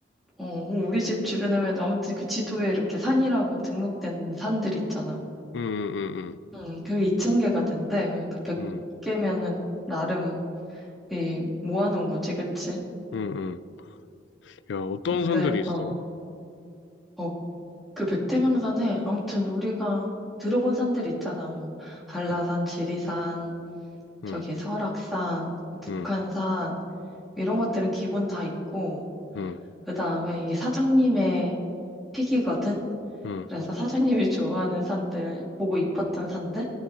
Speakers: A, in the centre; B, on the left.
A: 어, 뭐 우리 집 주변에면 아무튼 그 지도에 이렇게 산이라고 등록된 산들 있잖아.
B: 응, 응, 응,
A: 응, 그게 2천개가 된대. 그러니까 100개면은
B: 응,
A: 나름 이 모아놓은 거지, 그치?
B: 응, 응. 응. 야, 어떤
A: 근데,
B: 산들이 있어?
A: 어, 어, 그 백태명산에 아무튼 우리가 들어본 산들 있잖아. 뭐, 한라산,
B: 응.
A: 지리산, 저기
B: 음,
A: 설악산, 북한산,
B: 음,
A: 이런 것들은 기본 다 있고,
B: 음,
A: 그 다음에 이게 사장님의 픽이거든?
B: 음,
A: 그래서 사장님이 좋아하는 산들, 보고 이뻤던 산들,